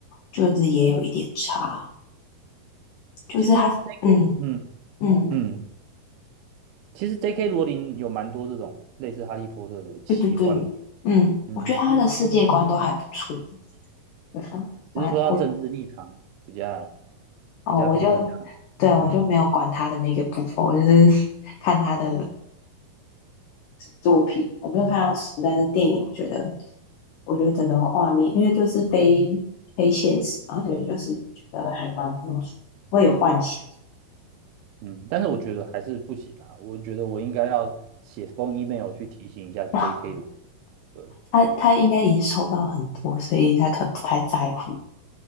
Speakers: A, on the left; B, on the right.
A: 就是也有一点差，就是他嗯
B: 其实 J.K. 嗯
A: 嗯
B: 嗯，其实 J.K. 罗琳有蛮多这种类似哈利波特的奇幻片
A: 对对对嗯，
B: 嗯，
A: 我觉得他的世界观都还不错，对啊，蛮我
B: 只是说他政治立场比较
A: 哦我就对我就没有管他的那个部分，
B: 比较偏向，嗯。
A: 我就是 <laughs> 看他的。作品，我没有看到书，但是电影，我觉得，我觉得整个画面，因为就是非非现实嘛，所以就是觉得还蛮不错，会有幻想。
B: 嗯，但是我觉得还是不行啊，我觉得我应该要写封 email 去提醒一下 J.K.
A: 哇，
B: 罗，对，
A: 他他应该已经收到很多，所以他可能不太在乎。